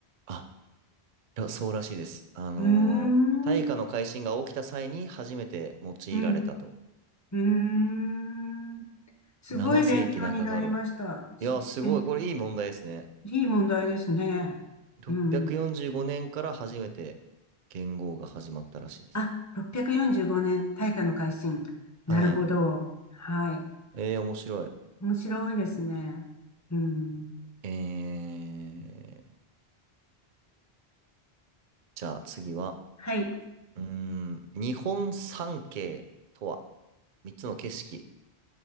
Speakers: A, on the right (about 55°); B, on the left (about 20°).
A: あらそうらしいです。あのー大化の改新が起きた際に初めて用いられたと。
B: うーん、うん、うん、うーん。すごい勉強になりました。
A: 7世紀中頃。
B: すごい勉強。
A: いや、すごい。これいい問題ですね。
B: いい問題ですね。
A: 645年から初めて
B: うん。
A: 元号が始まったらしいです。
B: あ、645年、大化の改新。
A: はい。
B: なるほど。はい。
A: えー、面白い。
B: 面白いですね。うん。
A: えー、じゃあ次は、
B: はい。
A: うーん、日本三景とは3つの景色。